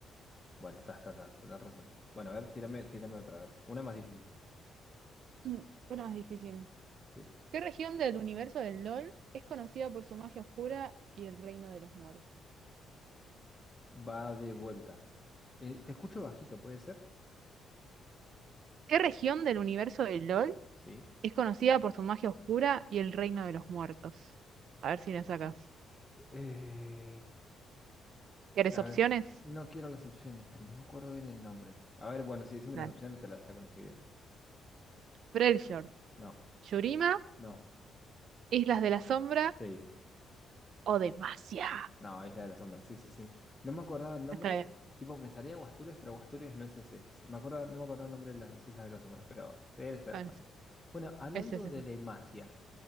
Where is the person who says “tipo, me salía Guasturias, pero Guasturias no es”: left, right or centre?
Left